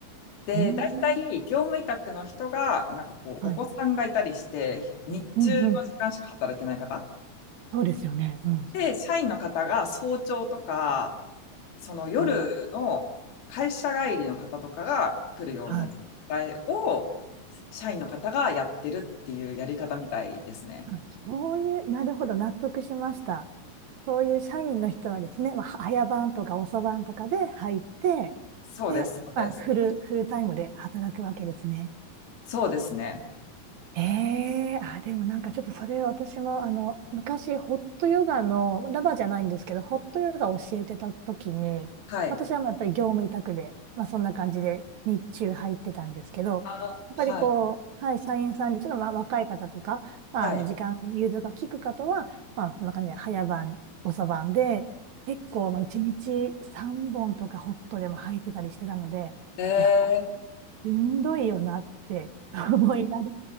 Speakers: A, on the left (about 75°); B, on the right (about 60°).
A: で、
B: うーん
A: 大体業務委託の人が、なんかこう、
B: はい。
A: お子さんがいたりして、日中の時間しか働けない方。
B: うん、うん。そうですよね。うん。
A: で、社員の方が早朝とか、その夜の会社帰りの方とかが来るような時間帯を、
B: あ、はい。
A: 社員の方がやってるっていうやり方みたいですね。
B: あそういう、なるほど、納得しました。そういう社員の人はですね、まあ、早番とか遅番とかで入って、
A: そうです、
B: で、
A: そうです。
B: まあ、フル、フルタイムで働くわけですね。
A: そうですね。
B: ええあ、でもなんかちょっとそれ私もあの、昔ホットヨガの、ラバーじゃないんですけど、ホットヨガを教えてた時に、
A: はい。
B: 私はまあやっぱり業務委託で、まあそんな感じで日中入ってたんですけど、
A: あの、
B: やっぱりこう、
A: はい、
B: はい、社員さんでちょっとまあ若い方とか、まああの時間、
A: はい。
B: 融通が利く方は、まあそんな感じで早晩、遅晩で、結構まあ1日3本とかホットでも入ってたりしてたので、
A: えー
B: いや、しんどいよなって思いながら、